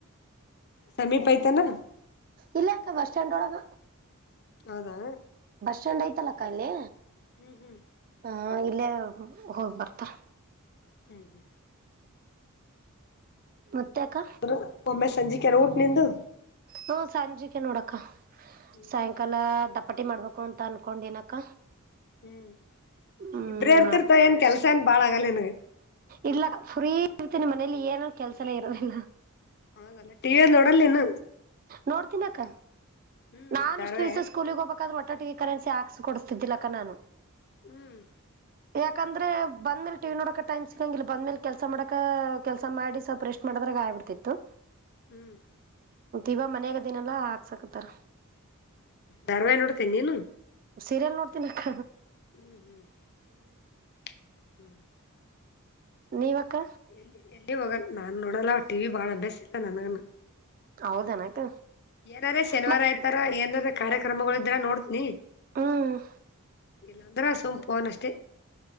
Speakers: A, on the left; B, on the right.
A: ಸಮೀಪ ಐತೇನೂ
B: ಇಲ್ಲಾಕ್ಕ ಬಸ್ ಸ್ಟಾಂಡ್ ಹೋಳಗ
A: ಹೌದಾ
B: ಚಂಡ ಐತಲ್ಲಕ್ಕಾ ಅಲ್ಲಿ
A: ಹ್ಮ್ ಹ್ಮ್
B: ಹಾ ಇಲ್ಲೇ ಹೋಗ ಬರ್ತಾರ
A: ಹ್ಮ್
B: ಮತ್ತೆ ಅಕ್ಕ
A: <unintelligible> ಒಮ್ಮೆ ಸಂಜಿಕ್ಕೆನ ಊಟ್ ನಿಂದು
B: ಹಾ ಸಂಜಿಕೆ ನೋಡಕ್ಕ
A: ಹ್ಮ್
B: ಸಾಯಂಕಾಲ ಚಪಾತಿ ಮಾಡ್ಬೇಕು ಅಂತ ಅನ್ಕೊಂಡಿನಕ್ಕ
A: ಹ್ಮ್
B: ಹ್ಮ್
A: ಇಬ್ರೆ ಇರ್ತಿರ್ತ ಏನ್ ಕೆಲ್ಸ ಏನ್ ಬಾಳ್ ಆಗಲ್ಲ ನಿಂಗ
B: ಇಲ್ಲ ಫ್ರೀ ಇರ್ತಿನಿ ಮನೇಲಿ ಏನು ಕೆಲ್ಸನೇ ಇರೋದಿಲ್ಲ
A: ಹೌದಲ್ಲ ಟಿವಿ <unintelligible> ನೋಡಲ್ ಏನು
B: ನೋಡ್ತೀನಕ್ಕ
A: ಹ್ಮ್
B: ನಾ
A: ಧಾರವಾಹಿ
B: ಇಷ್ಟ್ ದಿವಸ ಸ್ಕೂಲಿಗೆ ಹೋಗ್ಬೇಕಾದ್ರೆ <unintelligible> ಕರೆನ್ಸಿ ಹಾಕ್ಸ ಕೊಡ್ಸತ್ತಿದ್ದಿಲ್ಲ ಅಕ್ಕ ನಾನು
A: ಹ್ಮ್
B: ಯಾಕಂದ್ರೆ ಬಂದ್ಮೇಲೆ ಟಿವಿ ನೋಡಕ ಟೈಮ್ ಸಿಗಂಗಿಲ್ಲ ಬಂದ್ಮೇಲ್ ಕೆಲ್ಸ ಮಾಡಕ ಕೆಲ್ಸ ಮಾಡಿ ಸ್ವಲ್ಪ ರೆಸ್ಟ್ ಮಾಡ ಆದ್ರಗಆಗಿಬಿಡ್ತಿತ್ತು
A: ಹ್ಮ್
B: ಇವಾಗ ಮನ್ಯಾಗ ಇದಿನಲ್ಲಾ ಹಾಕ್ಸಕತಾರ
A: ಧಾರವಾಹಿ ನೋಡ್ತೀಯ ನೀನು
B: ಸೀರಿಯಲ್ ನೋಡ್ತೀನಕ್ಕ
A: <inaudible> <inaudible>
B: ನೀವಕ್ಕ
A: ಎಲ್ಲಿ ಎಲ್ಲಿ ಹೋಗಲ್ಲ ನಾನ್ ನೋಡಲ್ಲ ಟಿವಿ ಬಾಳ ಅಭ್ಯಾಸ ಇಲ್ಲ ನನ್ಗನು
B: ಹೌದನಕ್ಕ
A: ಏನಾರ ಶನಿವಾರ
B: ಮತ್
A: ಆಯ್ತಾರ ಏನಾರ ಕಾರ್ಯಕ್ರಮಗಳಿದ್ರ ನೋಡ್ತೀನಿ
B: ಹ್ಮ್
A: ಇಲ್ಲಾಂದ್ರ ಸುಮ್ಮ ಫೋನ್ ಅಷ್ಟೇ